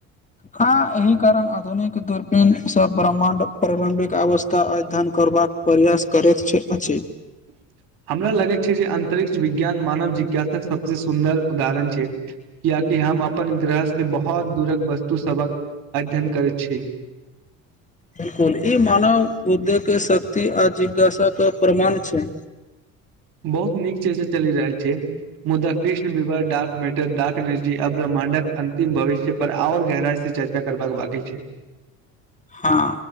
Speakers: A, on the left (about 20°); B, on the right (about 60°).
A: हाँ एहि कारण आधुनिक दूरबीन से ब्रह्मण्ड प्रारम्भिक अवस्था अध्ययन करबाक प्रयास करै छै अछि
B: <inaudible> हमरा लगैत छै जे अंतरिक्ष विज्ञान मानव जिज्ञासाक सबसे सुन्दर उदाहरण छै किया कि हम अपन ग्रह से बहुत दूरक वस्तु सबक अध्ययन करैत छी <inaudible>
A: बिल्कुल ई मानव उद्दक शक्ति आ जिज्ञासाक प्रमाण छै
B: बहुत नीक छै से चलि रहल छै मुदा कृष्ण विवर डाक मैटरड डाक जे ब्रह्माण्डक अंतिम भविष्य पर आऔर गहराइ से चर्चा करबाक बाकी छै
A: हाँ